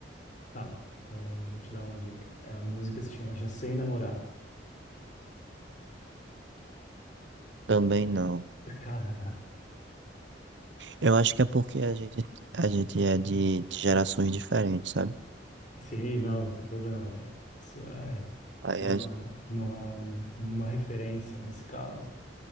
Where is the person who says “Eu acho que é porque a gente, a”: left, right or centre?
Right